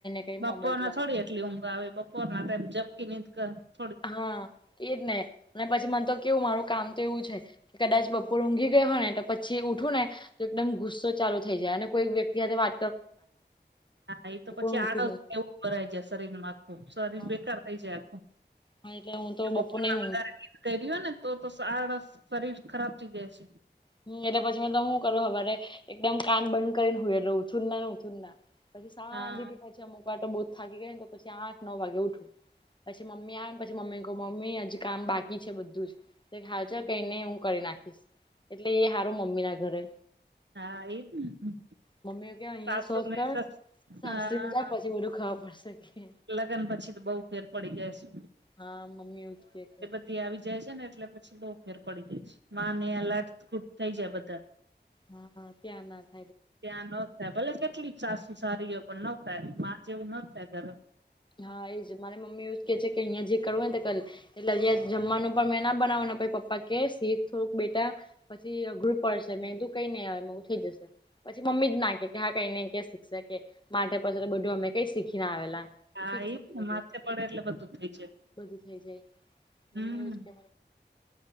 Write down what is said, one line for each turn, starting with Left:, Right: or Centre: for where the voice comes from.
Left: કઈ.
Right: બપોર
Left: મોબાઈલ જોવાનું
Right: ના થોડી એટલી ઊંઘ આવી. બપોરનામ ઝપકી ની કર
Left: હા એજ ને અને પછી મન તો કેવું મારું કામ તો એવું છે. કે કદાચ બપોર ઊઘ ગઈ હોય ને તો પછી ઉઠું ને તો એકદમ ગુસ્સો ચાલુ થઈ જાય અને કોઈ વ્યક્તિ સાથે વા
Right: હા એ તો પછી
Left: ઊંઘતી
Right: આડસ
Left: નહી
Right: એવું ભરાય છે શરીર માં ખુબ શરીર
Left: હા
Right: બેકાર થઈ જાય.
Left: હા એટલે હું તો
Right: બપોરના
Left: બપોર નહી હું
Right: વધારે નિંદ કરીએને તો તો આળસ શરીર ખરાબ થઈ જાય છે.
Left: હમ્મ, એટલે પછી મે તો શું કરો હવારે એકદમ કાન બંધ કરીને હુઈ રહવું. ઠૂર ઉઠૂરના પછી શાંતિથી
Right: હા
Left: છેન અમુક વાટો બો થાકી ગઈ હુંને તો પછી આઠ નવ વાગે ઉઠું. પછી મમ્મી આવે પછી મમ્મીને કહું મમ્મી હજ કામ બાકી છે બધું જ. તે હાલજ કઈને હું કરી નાખીશ. એટલે એ હારું મમ્મી ના ઘરે.
Right: હા એજ ને
Left: મમ્મીઓ ક્યા અહીયા
Right: સાસુને
Left: શોખ કર.
Right: સસ
Left: શાસ્તિક
Right: હા
Left: જા પછી બધું ખાવા પડશે કે.
Right: લગ્ન પછી તો બહુ ફેર પડી જાય છે.
Left: હા મમ્મી ઉઠતી તે તો.
Right: એ આવી જાય છે ને એટલે પછી બહુ ફેર પડી જાય છે માં ને આ લાટકૂટ થઈ જાય બધા.
Left: હા હા ત્યાં ના જ.
Right: ત્યાં ન થાય ભલે કેટલીક સાસુ સારીઓ પણ ન થાય મા જેવું ન થાય ઘર.
Left: હા એજ મારે મમ્મી એવજ કે છે કે અહિયાં જે કરવું ને તો કલે. એટલે હજી જમવાનું પણ મેં ના બનાવાનું પહિ પપ્પા કે સીખ થોડુંક બેટા પછી અઘરુ પડશે મે તું કઈ ને થઈ જશે. પછી મમ્મી જ ના કે હા કઈને શીખ શકે માટે પછી તો માથે બધું અમે કઈ શીખી ના આવેલા.
Right: હા
Left: શીખશે
Right: એઈ જ
Left: તો
Right: ને
Left: બધું
Right: માથે પડે એટલે બધું થઈ જાય.
Left: બધું થઈ જાય મમ્મી
Right: હમ્મ.
Left: એવું જ કે